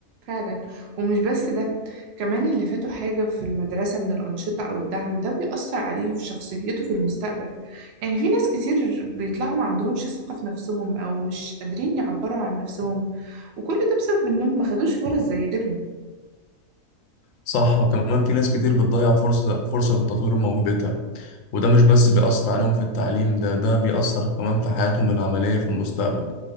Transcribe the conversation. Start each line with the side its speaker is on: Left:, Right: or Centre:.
Right: فعلا ومش بس ده كمان اللي فاته حاجة في المدرسة من الأنشطة أو الدعم ده بيأثر عليه في شخصيته في المستقبل يعني في ناس كتير بيطلعوا ما عندهمش ثقة في نفسهم أو مش قادرين يعبروا عن نفسهم وكل ده بسبب إنهم ما خدوش فرص زي غيرهم
Left: صح وكمان في ناس كتير بتضيع فرصه فرصه لتطوير موهبتها وده مش بس بيأثر عليهم في التعليم ده ده بيأثر كمان في حياتهم العملية في المستقبل